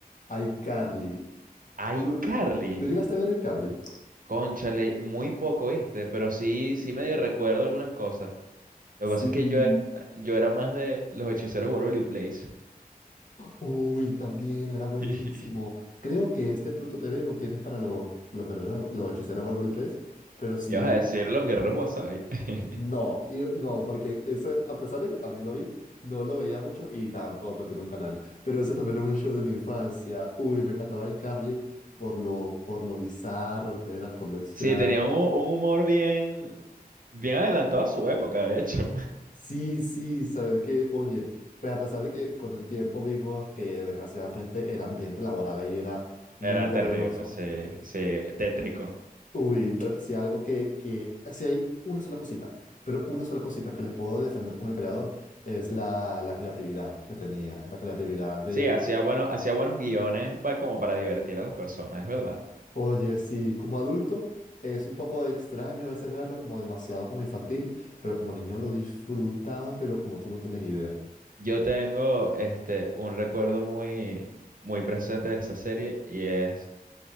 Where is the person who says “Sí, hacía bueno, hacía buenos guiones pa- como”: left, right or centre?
Right